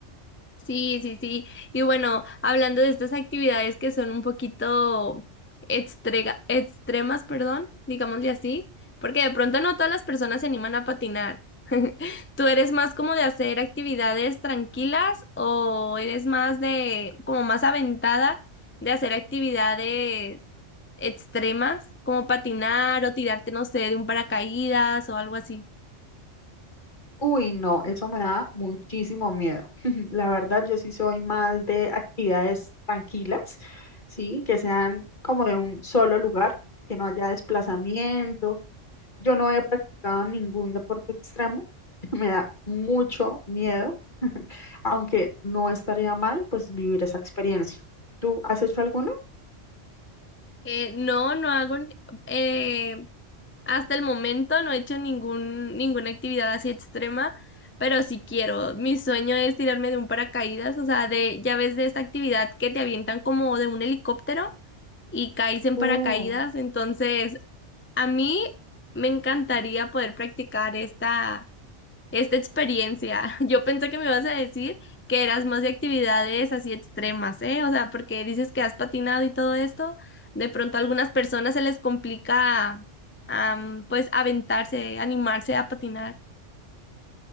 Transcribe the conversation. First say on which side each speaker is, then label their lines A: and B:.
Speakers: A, on the left (about 15°); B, on the left (about 40°).
A: Sí, sí, sí. Y bueno, hablando de estas actividades que son un poquito extrega- extremas, perdón, digámosle así, porque de pronto no todas las personas se animan a patinar. <laughs> ¿Tú eres más como de hacer actividades tranquilas o eres más de, como más aventada de hacer actividades extremas, como patinar o tirarte, no sé, de un paracaídas o algo así?
B: Uy, no, eso me da muchísimo miedo. <laughs> La verdad, yo sí soy más de actividades tranquilas, sí, que sean como de un solo lugar, que no haya desplazamiento, Yo no he practicado ningún deporte extremo, <laughs> me da mucho miedo, <laughs> aunque no estaría mal pues vivir esa experiencia. ¿Tú has hecho alguno?
A: Eh, no, no hago, ni- eh, hasta el momento no he hecho ningún, ninguna actividad así extrema, pero sí quiero. Mi sueño es tirarme de un paracaídas, o sea, de, ya ves de esta actividad que te avientan como de un helicóptero y caes en
B: Oh.
A: paracaídas, entonces a mí me encantaría poder practicar esta esta experiencia. <laughs> Yo pensé que me ibas a decir que eras más de actividades así extremas, ¿eh? O sea, porque dices que has patinado y todo esto, de pronto a algunas personas se les complica, am, pues, aventarse, animarse a patinar.